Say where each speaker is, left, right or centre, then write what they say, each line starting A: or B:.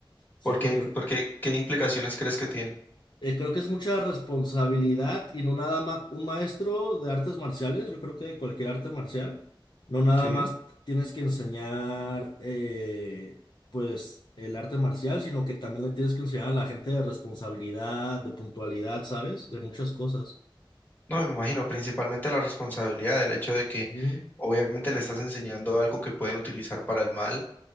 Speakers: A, on the left (about 55°); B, on the left (about 20°).
A: Siento
B: ¿Por qué,
A: que
B: por qué, qué implicaciones crees que tiene?
A: eh, creo que es mucha responsabilidad y no nada más un maestro de artes marciales, yo creo que de cualquier arte marcial, no nada
B: Sí.
A: más tienes que enseñar eh, pues el arte marcial, sino que también le tienes que enseñar a la gente de responsabilidad, de puntualidad, ¿sabes? De muchas cosas.
B: No, me imagino, principalmente la responsabilidad, el hecho de que
A: Ujú,
B: obviamente le estás enseñando algo que pueden utilizar para el mal